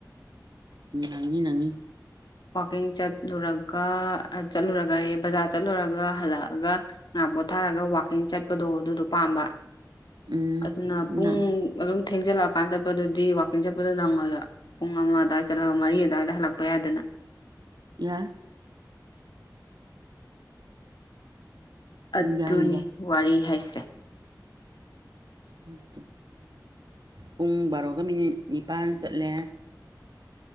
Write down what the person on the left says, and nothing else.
ꯑꯩꯡ ꯆꯠꯂꯨꯔꯒ ꯆꯠꯂꯨꯔꯒ ꯑꯩ ꯕꯖꯥꯔ ꯆꯠꯂꯨꯔꯒ ꯍꯜꯂꯛꯑꯒ ꯉꯍꯥꯛ ꯄꯣꯠꯊꯥꯔꯒ ꯋꯥꯛꯀꯤꯡ ꯆꯠꯄꯗꯣ ꯑꯗꯨꯗꯣ ꯄꯥꯝꯕ
ꯑꯗꯨꯅ ꯄꯨꯡ
ꯑꯗꯨꯝ ꯊꯦꯡꯖꯤꯜꯂꯛ ꯃꯄꯥꯟ ꯆꯠꯄꯗꯨꯗꯤ ꯋꯥꯛꯀꯤꯡ ꯆꯠꯄꯗꯨꯣ ꯅꯪꯉꯣꯏꯕ ꯄꯨꯡ ꯑꯃ ꯑꯗꯨꯋꯥꯏꯗ ꯆꯠꯂꯒ ꯃꯔꯤ ꯑꯗꯨꯋꯥꯏꯗ ꯍꯜꯂꯛꯄ ꯌꯥꯏꯗꯅ
ꯑꯗꯨꯅꯤ
ꯋꯥꯔꯤ ꯍꯥꯏꯁꯦ꯫